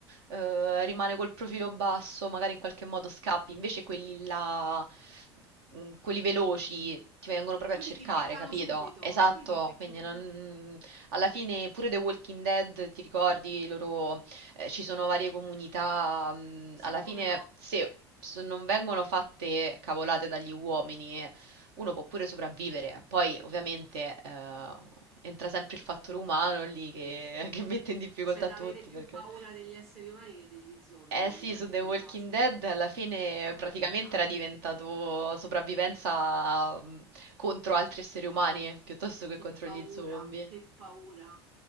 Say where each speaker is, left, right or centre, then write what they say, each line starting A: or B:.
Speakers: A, on the right; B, on the right.
A: eh, rimane col profilo basso, magari in qualche modo scappi, invece quelli là, mm, quelli veloci, ti vengono proprio
B: quelli
A: a cercare,
B: ti beccano
A: capito?
B: subito,
A: Esatto,
B: quelli ti beccano
A: quindi non-
B: subito.
A: alla fine pure The Walking Dead, ti ricordi i loro eh, ci sono varie comunità, mh,
B: Sì,
A: alla
B: come
A: fine
B: no,
A: se, se non vengono fatte cavolate dagli uomini, uno può pure sopravvivere. Poi ovviamente eh, entra sempre il fattore umano lì che, <laughs> che mette in difficoltà
B: che c'è da
A: tutti
B: avere più
A: perché...
B: paura degli esseri umani che degli zombie
A: Eh sì,
B: in alcuni
A: su The Walking
B: casi,
A: Dead
B: eh.
A: alla fine
B: Mamma
A: praticamente
B: mia,
A: era diventato sopravvivenza mh, contro altri esseri umani piuttosto che
B: che
A: contro
B: paura,
A: gli zombie.
B: che paura.